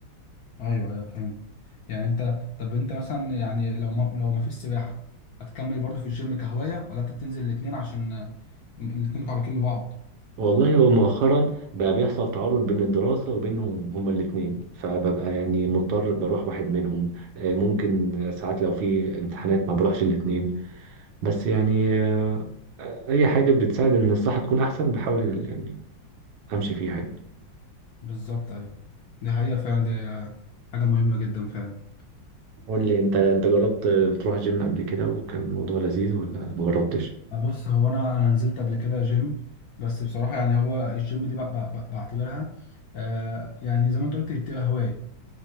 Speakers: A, on the left (about 70°); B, on the right (about 80°).
A: ايوه ايوه فهمت يعني انت طب انت مثلا يعني لو ما لو ما فيش سباحه هتكمل برضو في الجيم كهوايه ولا انت بتنزل الاثنين عشان آه، الاتنين متعلقين ببعض
B: والله هو مؤخرا بقى بيحصل تعارض بين الدراسة وبينهم هما الاتنين فببقى يعني مضطر بروح واحد منهم آه، ممكن ساعات لو في امتحانات ما بروحش الاتنين بس يعني آه، أي حاجة بتساعد إن الصحة تكون أحسن بحاول يعني أمشي فيها يعني
A: بالظبط ايوه دي حقيقه فعلا دي آه، حاجه مهمه جدا فعلا
B: قول لي انت انت جربت بتروح جيم قبل كده وكان الموضوع لذيذ ولا مجربتش
A: آه، بص هو انا انا نزلت قبل كده جيم بس بصراحه يعني هو الجيم دي بع- بع- بعتبرها آه، يعني زي ما انت قلت هي بتبقى هوايه